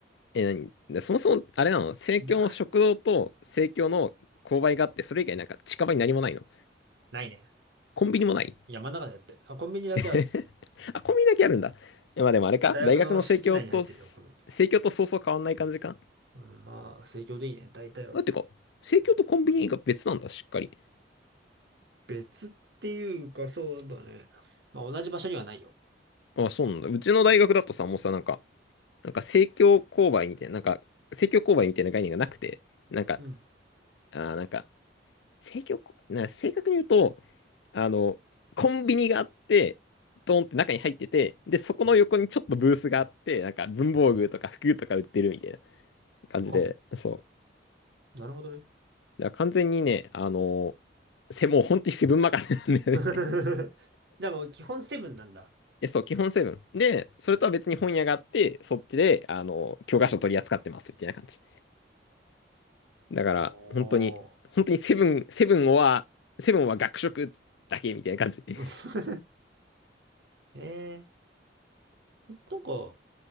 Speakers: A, on the left; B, on the right.
A: え、何でそもそも、あれなの生協の食堂と生協の購買があって、
B: え。いや、
A: それ以外なんか近場に何もないの
B: ないね。
A: コンビニもない
B: 山の中でやって。あ、コンビニだけある。
A: <laughs> あ、コンビニだけあるんだ。えまあでもあれか大学の生協と、
B: 大学の敷地内に入ってるよ、コンビニ。
A: 生協とそうそう変わんない感じか。
B: うん、まあ、生協でいいね、大体は。
A: だってか、生協とコンビニが別なんだ、しっかり。
B: 別っていうか、そうだね。まあ、同じ場所にはないよ。
A: あ、そうなんだ。うちの大学だとさ、もうさ、なんか、なんか正教勾配みたいな、なんか、正教勾配みたいな概念がなくて、なんか、
B: うん。
A: あー、なんか、正教こ、な、正確に言うと、あの、コンビニがあって、ドーンって中に入ってて、で、そこの横にちょっとブースがあって、なんか文房具とか服とか売ってるみたいな感じで、
B: あ、
A: そ
B: なるほどね。
A: う。だから完全にね、あの、せ、もう本当にセブン任せなんだよね。
B: <laughs> でも、基本セブンなんだ。
A: え、そう、基本セブン。で、それとは別に本屋があって、そっちで、あの、教科書取り扱ってますみたいな感じ。だから、
B: おー。
A: 本当に、本当にセブン、セブンは、セブンは学食だけみたいな感じ。<laughs>
B: <laughs> へえー。なんか、ど